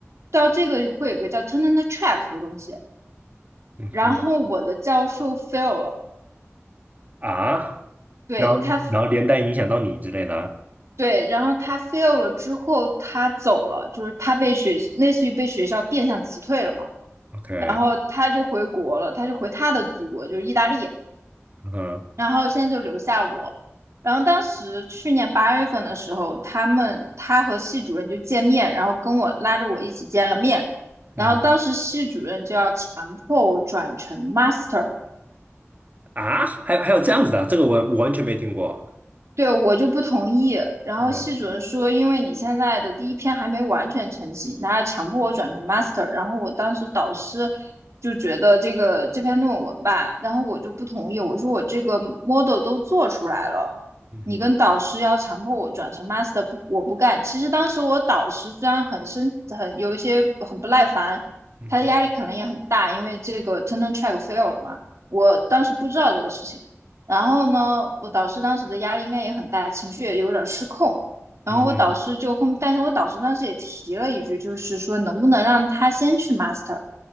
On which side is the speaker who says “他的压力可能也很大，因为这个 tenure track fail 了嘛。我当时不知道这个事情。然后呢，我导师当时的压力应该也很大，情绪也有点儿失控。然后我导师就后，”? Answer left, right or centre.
Right